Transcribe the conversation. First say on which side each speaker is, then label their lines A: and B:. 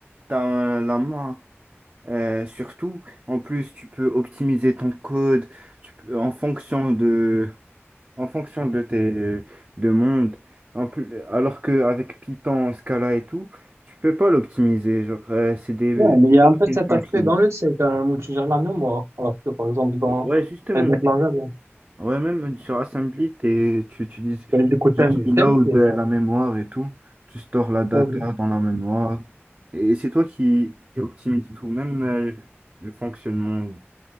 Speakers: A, on the right; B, on the right.
A: t'as la main. Euh, surtout, en plus, tu peux optimiser ton code tu peux, en fonction de, en fonction de tes euh, de En plus, alors qu'avec Python, Scala et tout, tu peux pas l'optimiser. Genre, euh, c'est des
B: Ouais, mais il y
A: built-in
B: a un peu cet
A: functions.
B: aspect dans le C, quand même, où tu gères la mémoire. Alors que, par exemple, dans
A: Ouais, justement.
B: les autres langages, hein,
A: Ouais, même sur Assembly, t'es- tu utilises,
B: et du coup, thème,
A: genre, tu load
B: thème, c'est... euh,
A: euh, la mémoire et tout. Tu stores la data
B: Assembly.
A: dans la mémoire. Et c'est toi qui, qui optimise tout, même euh, le fonctionnement